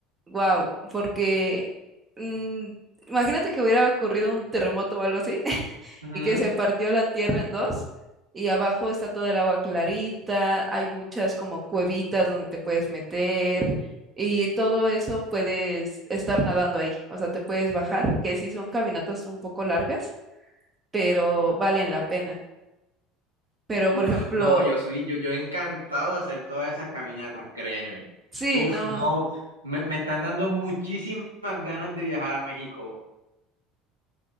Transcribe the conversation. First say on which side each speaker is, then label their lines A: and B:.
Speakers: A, on the right; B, on the right.
A: wow, porque mm, imagínate que hubiera ocurrido un terremoto o algo así.
B: Ujú.
A: y que se partió la tierra en dos y abajo está todo el agua clarita, hay muchas como cuevitas donde te puedes meter y todo eso puedes estar nadando ahí, o sea, te puedes bajar, que sí son caminatas un poco largas, pero valen la pena. Pero,
B: Uf,
A: por ejemplo,
B: no, yo soy, yo, yo encantado de hacer todas esas caminatas, créeme.
A: sí,
B: Uf,
A: no,
B: no, me, me están dando muchísimas ganas de viajar a México.